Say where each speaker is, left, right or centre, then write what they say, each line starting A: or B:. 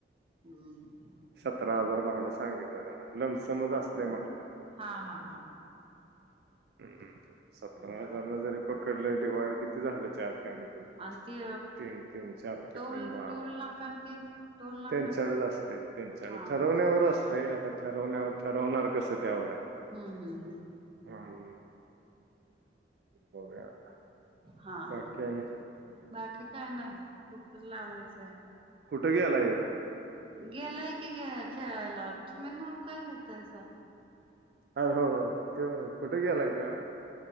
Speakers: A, on the right (about 30°); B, on the right (about 60°).
A: हम्म
B: सतरा हजार भाडं सांगितलं त्यांना लमसमच असतय म्हटलं
A: हा हा हा
B: ह सतरा
A: बर
B: हजारला जरी पकडलं डिवाइड किती झालं चार तीन
A: आणि ती
B: तीन चार टिकून
A: टोल
B: बारा
A: टोल नाका आणि ते टोल नाका
B: त्यां चारच असते त्यांच्या
A: हा हा
B: ठरवण्यावर असते आता ठरवण्यावर ठरवणार कसं त्यावर
A: हम्म हम्म हम्
B: हम्म. बघूया आता
A: हा
B: बाकी
A: हा
B: आणि
A: बाकी काय नाही कुकुला होयचे
B: कुठं घेलाय
A: गेलाय की खेळायला तुम्ही नाव का घेतायस
B: अर हो हो तो कुठे गेलाय का